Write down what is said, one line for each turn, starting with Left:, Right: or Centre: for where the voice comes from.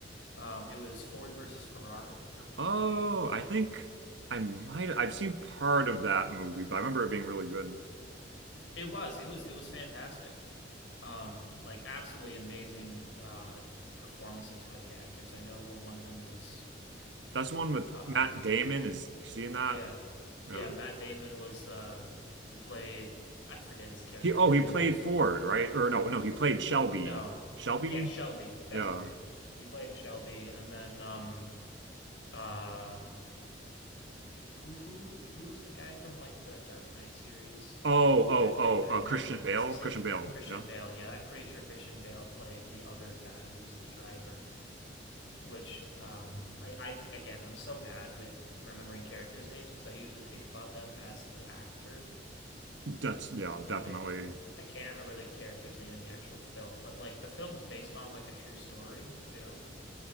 Left: Um, it was Ford versus Ferrari.
Right: Oh, I think I might I've seen part of that movie, but I remember it being really good.
Left: It was it was it was fantastic. Um, like absolutely amazing uh, performances by the actors. I know when one of them was
Right: That's the one with
Left: um,
Right: Matt Damon. Is you seeing that?
Left: yeah yeah
Right: Yeah.
Left: Matt Damon was the he played I forget his character's
Right: He oh
Left: name
Right: he played
Left: but his
Right: Ford, right? Or no, no, he played Shelby.
Left: no
Right: Shelby?
Left: yeah Shelby that's
Right: Yeah.
Left: his name. He played Shelby and then um uh Who who who is the guy from like the Dark Knight series
Right: Oh, oh,
Left: that played
Right: oh,
Left: Batman?
Right: uh, Christian Bale.
Left: It's the same
Right: Christian Bale.
Left: Christian
Right: Yeah.
Left: Bale. Yeah, I'm pretty sure Christian Bale played the other guy who was the driver, which um I I again, I'm so bad with remembering characters' names because I usually think about them as the actor.
Right: That's yeah,
Left: So
Right: definitely.
Left: like I can't remember the character's name in the actual film, but like the film was based on like a true story too.